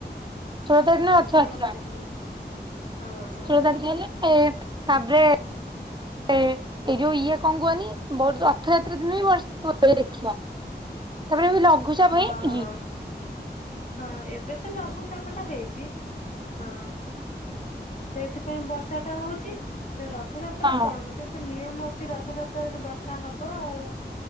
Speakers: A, on the right; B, on the left.
A: ଷୋଳ ତାରିଖ ଦିନ ରଥଯାତ୍ରା।
B: ଷୋହଳ ତାରିଖରେ ହଁ ହଁ।
A: ଷୋଳ ତାରିଖ ହେଲେ ତାପରେ ଏ ଏଇ ଯୋଉ ଇଏ କଣ କୁହନି? ମୋର ତ ରଥଯାତ୍ରା ଦିନ ବି ବଷ <unintelligible> ଦେଖିବ। ତାପରେ ବି ଲଘୁଚାପ
B: ହଁ
A: ହେଇନି
B: ହଁ
A: କି?
B: ହଁ ଏବେ ତ ଲଘୁଚାପ ଟା ହେଇଚି। ହଁ ସେଇଥିପାଇଁ ବର୍ଷାଟା ହେଉଚି। ରଥଯାତ୍ରା
A: ହଁ
B: କଣ ସେ ତ ନିୟମ ସେ ରଥଯାତ୍ରାରେ ବର୍ଷା ହବ ଆଉ।